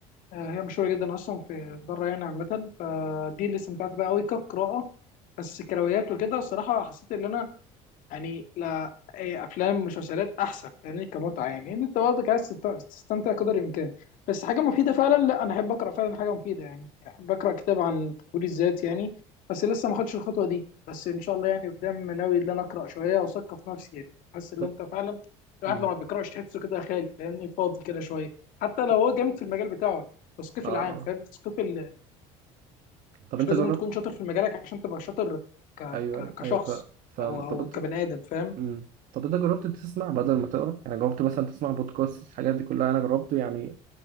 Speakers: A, on the left; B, on the right.
A: آه، هي مشهورة جدا أصلا في بره يعني عامة فدي اللي استمتعت بيها أوي كقراءة بس كرويات وكده الصراحة حسيت إن أنا يعني لا إيه افلام ومسلسلات احسن فاهمني كمتعه يعني ان انت برضك عايز تست- تستمتع قدر الامكان بس حاجه مفيده فعلا لا انا احب اقرا فعلا حاجه مفيده يعني احب اقرا كتاب عن تطوير الذات يعني بس لسه ما خدتش الخطوه دي بس ان شاء الله يعني قدام ناوي ان انا اقرا شويه واثقف نفسي يعني حاسس ان
B: طب
A: انت فعلا الواحد
B: مم.
A: لما بيقراش تحسه كده خالي فاهمني فاضي كده شويه حتى
B: طب-
A: لو هو جامد في المجال بتاعه ولا لا. التثقيف
B: اه
A: العام
B: آه.
A: فاهم تثقيف ال-
B: طب
A: مش
B: انت
A: لازم
B: جربت
A: تكون شاطر في مجالك عشان تبقى شاطر ك...
B: ايوه
A: ك...
B: ايوه
A: كشخص
B: ايوه ف... فاهم
A: او
B: طب
A: او
B: انت
A: كبني ادم فاهم
B: مم. طب انت جربت تسمع بدل ما تقرا يعني جربت مثلا تسمع بودكاست الحاجات دي كلها انا جربت يعني